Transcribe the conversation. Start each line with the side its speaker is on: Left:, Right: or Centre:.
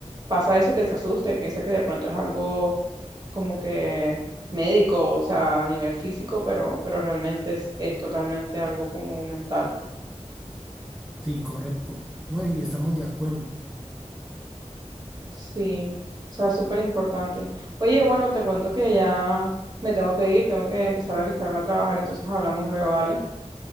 Right: pasa eso que se asusta y piensa que de pronto es algo como que médico, o sea, a nivel físico, pero, pero realmente es, es totalmente algo como mental.
Centre: Sí, correcto. No, y estamos de acuerdo.
Right: Sí, o sea, es súper importante. Oye, bueno, te cuento que ya me tengo que ir, tengo que empezar a alistarme a trabajar, entonces hablamos luego, ¿vale?